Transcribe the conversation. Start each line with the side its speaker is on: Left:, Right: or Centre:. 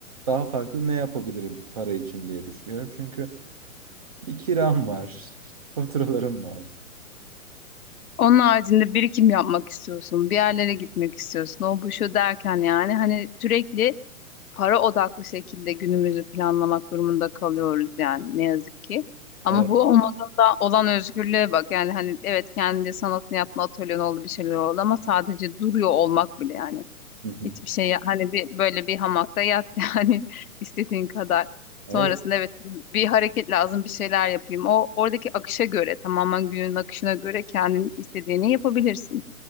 Right: daha farklı ne yapabilirim para için diye düşünüyorum. Çünkü bir kiram var, <laughs> işte faturalarım var.
Left: Onun haricinde birikim yapmak istiyorsun, bir yerlere gitmek istiyorsun. O bu şu derken yani hani sürekli para odaklı şekilde günümüzü planlamak durumunda kalıyoruz yani ne yazık ki. Ama
Right: Evet.
Left: bu olmadığında olan özgürlüğe bak. Yani hani evet kendince sanatını yapma atölyen oldu bir şeyler oldu ama sadece duruyor olmak bile yani.
Right: Hı hı.
Left: Hiçbir şey ya- hani bir böyle bir hamakta yat <laughs> yani istediğin kadar.
Right: Evet.
Left: Sonrasında evet bir, bir hareket lazım bir şeyler yapayım. O oradaki akışa göre tamamen günün akışına göre kendin istediğini yapabilirsin.